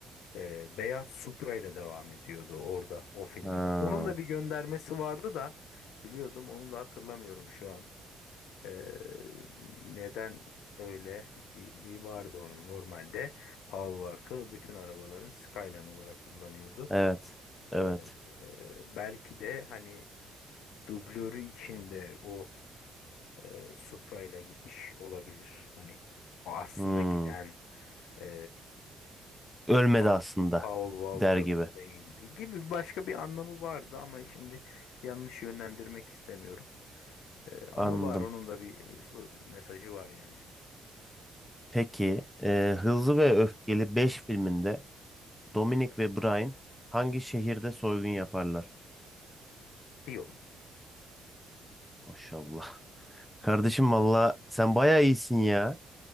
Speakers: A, on the left; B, in the centre.
A: ee, beyaz Supra ile devam ediyordu orada o filmde.
B: Ha,
A: Onun da bir göndermesi vardı da biliyordum onu da hatırlamıyorum şu an. Ee, neden öyle? Bir, bir vardı onun normalde. Paul Walker bütün arabaların Skyline olarak kullanıyordu.
B: evet. Evet.
A: Ee, e, belki de hani dublörü içinde o e, Supra ile gitmiş olabilir. Hani o aslında
B: Hmm.
A: giden e,
B: Ölmedi
A: Pa-
B: aslında.
A: Paul Walker
B: Der gibi.
A: değildi gibi başka bir anlamı vardı ama şimdi yanlış yönlendirmek istemiyorum. Ee, ama
B: Anladım.
A: var onun da bir e, so- mesajı var yani.
B: Peki, e, Hızlı ve Öfkeli 5 filminde Dominic ve Brian hangi şehirde soygun yaparlar?
A: Rio.
B: Maşallah. <laughs> Kardeşim valla sen bayağı iyisin ya.